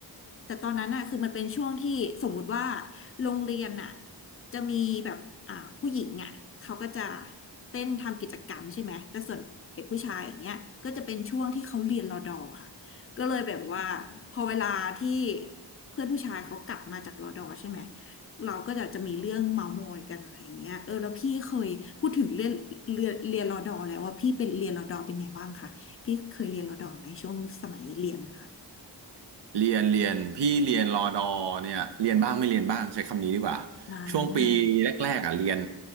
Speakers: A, on the left; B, on the right.
A: แต่ตอนนั้นอ่ะคือมันเป็นช่วงที่สมมุติว่าโรงเรียนอ่ะจะมีแบบอ่าผู้หญิงอ่ะเขาก็จะเต้นทำกิจกรรมใช่ไหมแต่ส่วนเด็กผู้ชายอย่างเงี้ยก็จะเป็นช่วงที่เขาเรียนรอดอค่ะก็เลยแบบว่าพอเวลาที่เพื่อนผู้ชายเขากลับมาจากรอดอใช่ไหม เราก็จะจะมีเรื่องเมาท์มอยกันอะไรอย่างเงี้ยเออแล้วพี่เคยพูดถึงเรื่องเรียนเรียนรอดอแล้วว่าพี่เป็นเรียนรอดอเป็นไงบ้างคะพี่เคยเรียนรอดอไหมช่วงสมัยเรียนค่ะ
B: เรียนเรียนพี่เรียนรอดอเนี่ยเรียนบ้างไม่เรียนบ้างใช้คำนี้ดีกว่า
A: อ่า
B: ช่วงปีแรกๆอ่ะเรียน